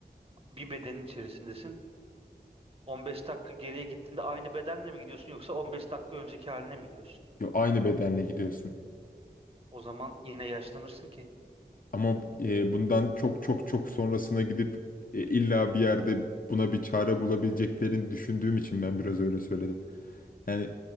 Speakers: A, on the right; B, on the left.
A: bir bedenin içerisindesin. 15 dakika geriye gittiğinde aynı bedenle mi gidiyorsun yoksa 15 dakika önceki haline mi gidiyorsun?
B: Ya aynı bedenle gidiyorsun.
A: O zaman yine yaşlanırsın ki.
B: Ama e, bundan çok çok çok sonrasına gidip e, illa bir yerde buna bir çare bulabileceklerini düşündüğüm için ben biraz öyle söyledim. Yani